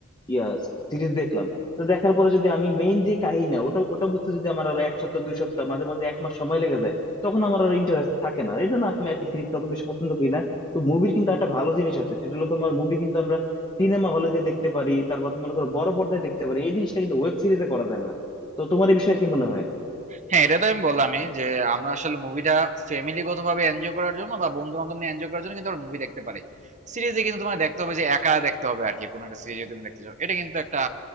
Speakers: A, on the left; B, on the right.
A: ইয়া সিরিজ দেখলাম তো দেখার পরে যদি আমি মেইন যে কাহিনী ওটা ওটা বুঝতে যদি আমার আরো এক সপ্তাহ দুই সপ্তাহ মাঝে মাঝে এক মাস সময় লেগে যায় তখন আমার আর ইন্টারেস্ট থাকে না এই জন্য আমি আর কি সিরিজ অত বেশি পছন্দ করি না তো মুভির কিন্তু একটা ভালো জিনিস আছে সেটা হলো তোমার মুভি কিন্তু আমরা সিনেমা হলে যে দেখতে পারি তারপর তো মনে করো বড় পর্দায় দেখতে পারি এই জিনিসটা কিন্তু ওয়েব সিরিজে করা যায় না তো তোমার এই বিষয়ে কি মনে হয়
B: হ্যাঁ এটা তো আমি বললামই যে আমরা আসলে মুভিটা ফ্যামিলিগত ভাবে এনজয় করার জন্য বা বন্ধু বান্ধব নিয়ে এনজয় করার জন্য কিন্তু আমরা মুভি দেখতে পারি সিরিজে কিন্তু তোমাকে দেখতে হবে যে একা দেখতে হবে আর কি কোনো একটা সিরিজে তুমি দেখতে চাও এটা কিন্তু একটা